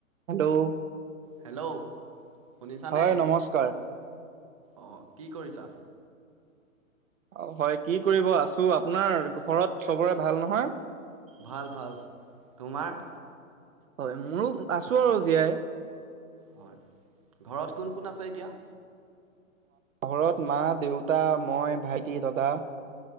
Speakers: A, on the right; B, on the right.
A: Hello
B: hello শুনিছানে?
A: হয় নমস্কাৰ।
B: অ কি কৰিছা?
A: অ হয় কি কৰিব আছো, আপোনাৰ ঘৰত চবৰে ভাল নহয়?
B: ভাল ভাল, তোমাৰ?
A: হয়, মোৰো আছো আৰু জীয়াই।
B: হয় ঘৰত কোন কোন আছে এতিয়া?
A: ঘৰত মা দেউতা মই ভাইটি দাদা